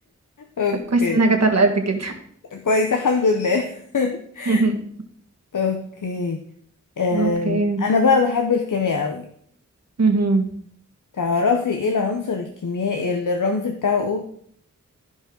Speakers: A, on the left (about 85°); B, on the right (about 60°).
A: اوكي
B: طب كويس انها جت على قد كده
A: كويس الحمد لله <laughs>
B: <laughs>
A: اوكي أم،
B: اوكي
A: انا بقى بحب الكيمياء قوي
B: مهم.
A: تعرفي ايه العنصر الكيميائي اللي الرمز بتاعه او